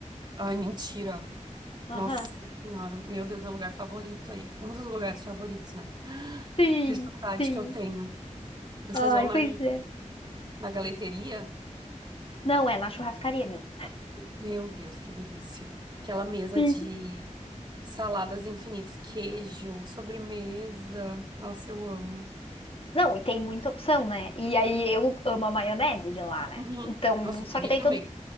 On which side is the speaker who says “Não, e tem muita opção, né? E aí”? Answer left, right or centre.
Left